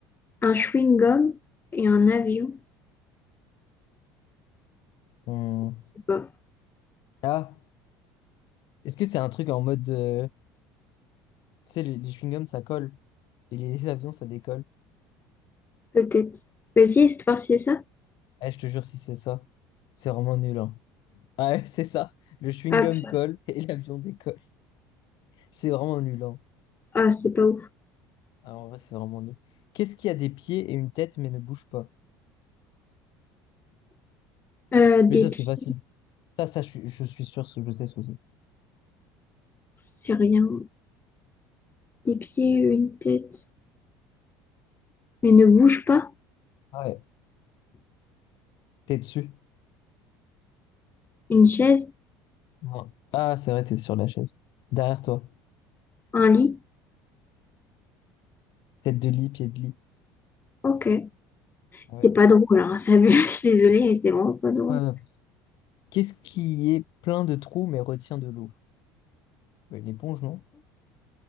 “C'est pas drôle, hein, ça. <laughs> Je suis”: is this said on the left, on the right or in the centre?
Left